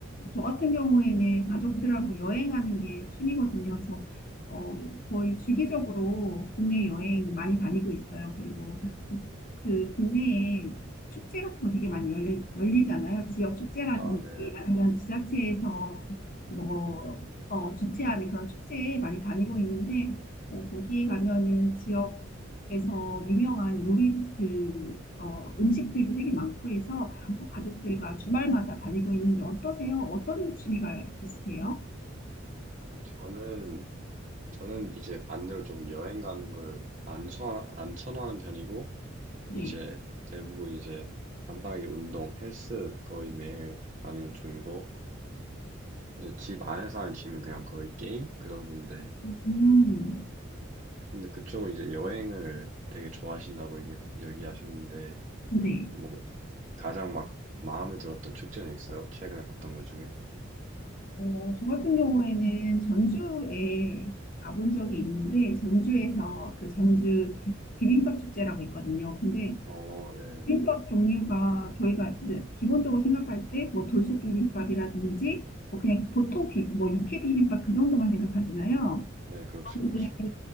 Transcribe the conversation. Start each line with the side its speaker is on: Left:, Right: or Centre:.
Left: 저 같은 경우에는 가족들하고 여행하는 게 취미거든요. 그래서 어, 거의 주기적으로 국내 여행 많이 다니고 있어요. 그리고 그, 그 국내에 축제 같은 거 되게 많이 열리, 열리잖아요. 지역 축제라든지
Right: 아, 네.
Left: 아니면 지자체에서 뭐 어, 주최하는 그런 축제에 많이 다니고 있는데 어, 거기에 가면은 지역에서 유명한 요리 그 어, 음식들도 되게 많고 해서 뭐 가족들과 주말마다 다니고 있는데 어떠세요? 어떤 취미가 있으세요?
Right: 아, 저는 저는 이제 반대로 조금 여행 가는 걸 안 선안 선호하는 편이고
Left: 네.
Right: 이제 대부분 이제 간단하게 운동, 헬스 거의 매일 다니는 중이고 이제 집 안에서 하는 취미는 그냥 거의 게임 그 정도인데
Left: 음,
Right: 근데 그쪽은 이제 여행을 되게 좋아하신다고 얘기 얘기하셨는데
Left: 네.
Right: 뭐 가장 막 마음에 들었던 축제는 있어요? 최근에 갔던 것 중에?
Left: 어, 저 같은 경우에는 전주에 가본 적이 있는데 전주에서 그 전주 비빔밥 축제라고 있거든요. 근데
Right: 어, 네.
Left: 비빔밥 종류가 저희가 이제 기본적으로 생각할 때 뭐 돌솥 비빔밥이라든지 뭐 그냥 보통 비, 뭐 육회 비빔밥 그 정도만 생각하잖아요.
Right: 네, 그렇죠, 그렇죠.
Left: 네,